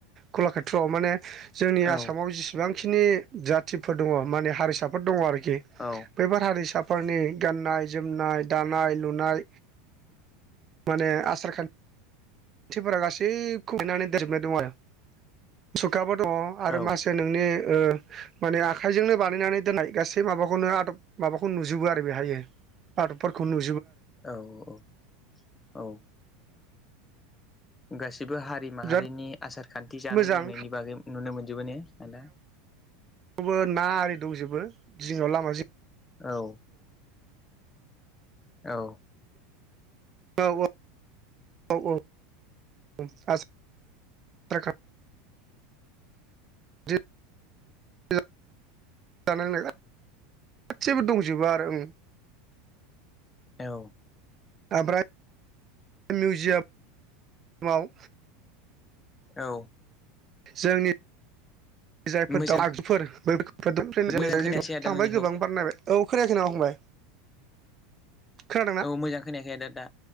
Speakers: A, on the right; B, on the left.
A: कलाकेत्रआव माने जोंनि
B: औ
A: आसामाव जेसेबांखिनि जाथिफोर दङ माने हारिसाफोर दङ आरोखि दि
B: औ
A: बेफोर हारिसाफोरनि गाननाय जोमनाय दानाय लुनाय माने आसार खान थिफोरा गासैखौबो लिरनानै देनजोबनाय दं आरो मुसुखाबो दङ आरो
B: औ
A: माखासे नोंनि ओ माने आखाइजोंनो बानायनानै दोननाय गासै माबाखौनो आदब माबाखौ नुजोबो आरो बेहायो पार्कफोरखौनो नु
B: औ औ औ गायस जेबो हारि माहारिनि
A: बिराद
B: आसार खान्थि जानाय
A: मोजां
B: लोंनायनि बागै नुनो मोनजोबो ने आदा
A: खौबो ना आरि दंजोबो जिङाव लामा जिं
B: औ औ
A: औ औ औ औ <unintelligible> <unintelligible> <unintelligible> गासिबो दंजोबो आरो ओं
B: औ
A: ओमफ्राय मिउजियाम माव
B: औ
A: जोंनि जायफोर
B: मोजां
A: दं आगजुफोर बैफोर
B: मोजां खोनायासै
A: <unintelligible>
B: आदा
A: थांबाय
B: नोंनिखौ
A: गोबां बार नायबाय औ खोनायाखै नामा फंबाय खोनादोंना
B: औ मोजां खोनायाखै आदा दा